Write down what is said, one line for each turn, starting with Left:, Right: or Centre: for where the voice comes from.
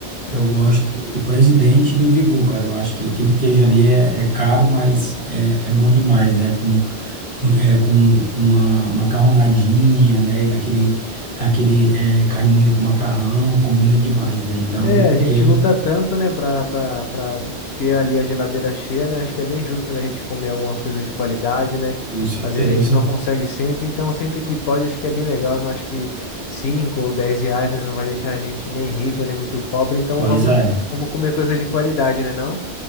Left: é
Right: eu
Left: um
Right: gosto do, do Presidente e do Vigor, cara. Eu acho que aquele queijo ali é, é caro, mas é, é bom demais, né? Com, <laughs> é, com, com uma macarronadinha, né? Aquele, aquele é, carne moída com macarrão, combina demais, né? Então,
Left: É, a gente
Right: queijo.
Left: luta tanto, né, pra, pra, pra ter ali a geladeira cheia, né? Acho que é bem justo, né, a gente comer algumas coisas de qualidade, né?
Right: Com certeza.
Left: Às vezes a gente não consegue sempre, então sempre que pode, acho que é bem legal. Eu não acho que 5 ou 10 reais, né, não vai deixar a gente nem rico, nem muito pobre, então
Right: Pois
Left: vamos,
Right: é,
Left: vamos comer coisa de qualidade, né, não?